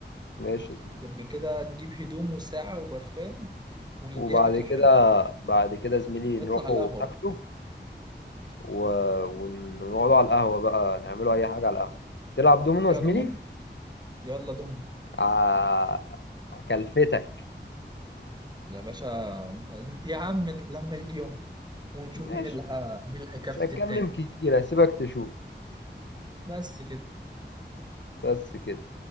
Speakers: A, on the left; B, on the right.
A: ماشي يا زميلي
B: يبقى كده نجيب هدوم وساعة وبرفان ونديها
A: وبعد
B: أكلة
A: كده
B: حلوة
A: بعد كده زميلي نروحوا
B: نطلع على القهوة
A: ناكله
B: بقى
A: و... ونقعدوا على القهوة بقى نعملوا اي حاجة على القهوة تلعب دومينو
B: فيها
A: يا زميلي
B: دومن يلا دومن
A: ع- هكلفتك
B: يا باشا يا عم لما يجي يوم ونشوف
A: ماشي
B: مين اللي ه- مين اللي هيكفت
A: مش هتكلم
B: التاني
A: كتير هسيبك تشوف
B: بس كده
A: بس كده